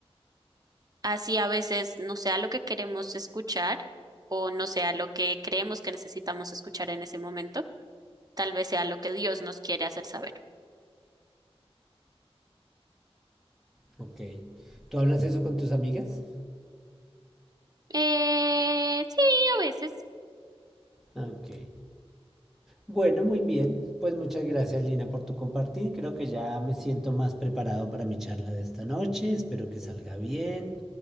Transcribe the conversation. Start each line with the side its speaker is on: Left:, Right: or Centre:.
Right: Así a veces no sea lo que queremos escuchar o no sea lo que creemos que necesitamos escuchar en ese momento, tal vez sea lo que Dios nos quiere hacer saber.
Centre: ok. ¿Tú hablas eso con tus amigas?
Right: Eh, sí, a veces.
Centre: Ok. Bueno, muy bien. Pues muchas gracias, Lina, por tu compartir. Creo que ya me siento más preparado para mi charla de esta noche. Espero que salga bien,